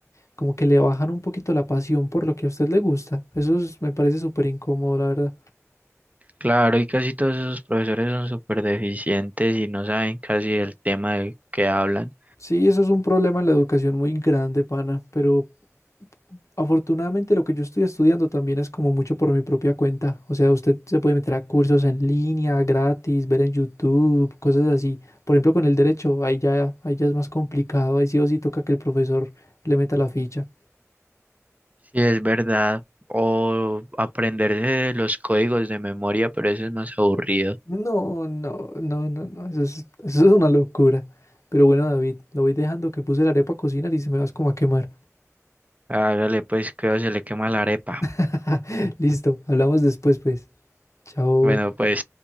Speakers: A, on the left; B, on the right.
A: como que le bajan un poquito la pasión por lo que a usted le gusta. Eso es- me parece súper incómodo, la verdad.
B: Claro, y casi todos esos profesores son súper deficientes y no saben casi el tema del que hablan.
A: Sí, eso es un problema en la educación muy grande, pana, pero afortunadamente lo que yo estoy estudiando también es como mucho por mi propia cuenta. O sea, usted se puede meter a cursos en línea, gratis, ver en YouTube, cosas así. Por ejemplo, con el derecho, ahí ya, ahí ya es más complicado, ahí sí o sí toca que el profesor le meta la ficha.
B: sí es verdad, o aprenderse los códigos de memoria, pero eso es más aburrido.
A: No, no, no, no, no, eso es, <laughs> eso es una locura. Pero bueno, David, lo voy dejando que puse la arepa a cocinar y se me vas como a quemar.
B: Hágale pues que se le quema la arepa.
A: <laughs> Listo, hablamos después, pues. Chao.
B: Bueno, pues.